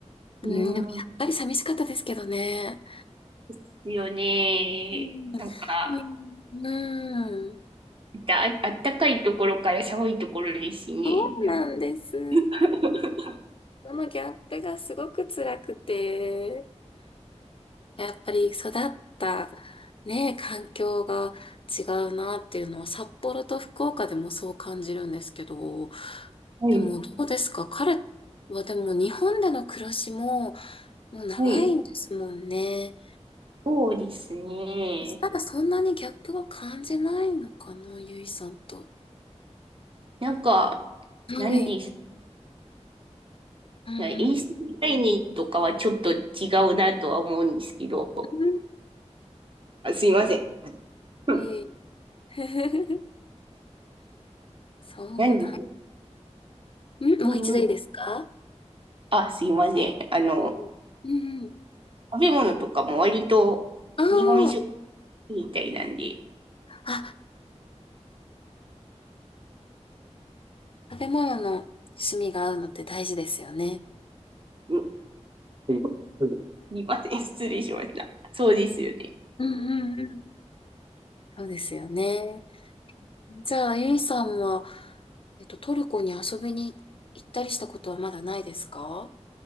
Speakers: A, on the left; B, on the right.
A: うん、
B: うん。
A: でもやっぱり寂しかったですけどね。
B: ですよね。
A: うん、
B: なんか、
A: うん、うん
B: だ、あったかいところから寒いところですしね。
A: そうなんです。
B: なんか <laughs>
A: そのギャップがすごく辛くて。やっぱり育ったね、環境が違うなっていうのは札幌と福岡でもそう感じるんですけど、
B: はい、
A: でもどうですか彼はでも日本での暮らしももう長いんですもんね。
B: はい。そうですね。
A: ただそんなにギャップは感じないのかな、ゆいさんと。
B: なんか、
A: はい。
B: 何です
A: うんうん。
B: かね。衛生概念とかはちょっと違うなとは思うんですけど。
A: うん
B: あ、すいません。<laughs> うん
A: いい。<laughs> そうな
B: 何ですか
A: ん。んもう一度いいですか
B: うん。あ、すいません。あの、
A: うん。うんうん。
B: 食べ物とかも割と日本食
A: あ
B: みたいなんで。
A: あ。食べ物の趣味が合うのって大事ですよね。
B: うん。<laughs> うんすいません。失礼しました。そうですよね。
A: うんうんうんそうですよね。じゃあ、ゆいさんは、えっと、トルコに遊びに行ったりしたことはまだないですか